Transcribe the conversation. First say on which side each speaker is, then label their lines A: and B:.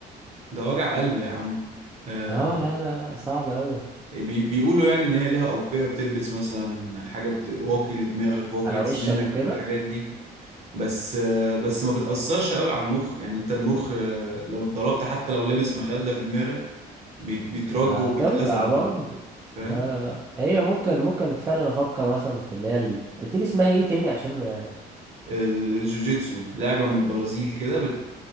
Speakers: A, on the right; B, on the right.
A: ده وجع قلب يا عم آه
B: اه لا لا لا صعب قوي
A: بي بيقولوا يعني ان هي لها اوقيه بتلبس مثلا حاجه بت... واقي لدماغك واقي
B: على
A: لسنانك
B: وشك وكده
A: والحاجات دي بس بس ما بتأثرش قوي على المخ يعني انت المخ آه، لو اتضربت حتى لو لابس مخدة في دماغك بيت- بيترج
B: هتوجع
A: وبيتأذى المخ
B: برضه
A: فاهم
B: لا لا لا هي ممكن ممكن فعلا افكر مثلا في اللي هي ال- قلت لي اسمها ايه تاني عشان ما-
A: الجوجيتسو لعبة من البرازيل كده بت